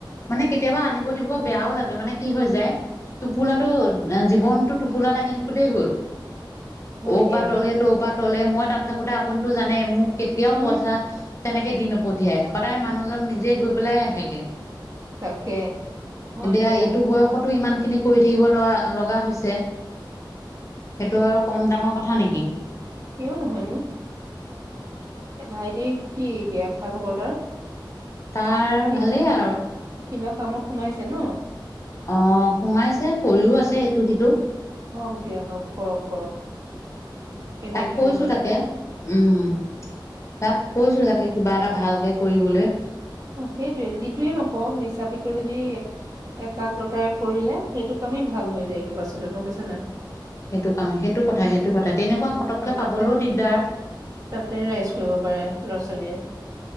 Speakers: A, on the left; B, on the right.
A: মানে কেতিয়াবা আনিব দিব বেয়াও লাগে মানে কি হৈ যায় টোপোলাটো জীৱনতো পোলা দাঙি থাকোতেই গ'ল
B: হয়
A: ঔ
B: দিয়া
A: পা তলে
B: ন
A: তৌপাত- তৌলে মই তাত থাকোতে আপুনিতো জানে মোক কেতিয়াও
B: অ
A: পইচা তেনেক- হে দি নপঠিয়াই সদায় মানুহজন নিজে গৈ পেলাই আহেগে।
B: তাকে হয়
A: এতিয়া
B: দিয়া
A: এইটো বয়সতো ইমান খিনি কৰি থাকিব লগ লগা হৈছে। সেইটো আৰু কম ডাঙৰ কথা নেকি।
B: কিয় নহয়নো। এ ভাইটি কি এতিয়া খা খবৰ তাৰ?
A: তাৰ
B: সি
A: ভালেই আৰু।
B: কিবা কামত সোমাইছে ন?
A: অ সোমাইছে কৰিও আছে ইটো সিটো।
B: হওক দিয়া হওক কৰক কৰক। এনেই
A: তাক
B: থাকিব
A: কৈছো
B: নালাগে
A: তাকে উম, তাত কৈছো চাগে কিবা এটা ভালকে কৰিবলে
B: সেইটোয়ে যিটোয়ে নকওক নিচাপিকৈ যদি একাগ্ৰতাৰে কৰিলে সেইটোক কামে ভাল হৈ যায় গ পাছলৈ গম পাইছা নাই।
A: সেইটো কামে সেইটো কথা
B: সেইটোৱে
A: সেইটো কথা তেনেকুৱা পতকে
B: আৰু
A: পাবলো
B: তাতে
A: দিগদাৰ।
B: তাতে ৰাইচ কৰিব পাৰে ল'ৰা ছোৱালীয়ে।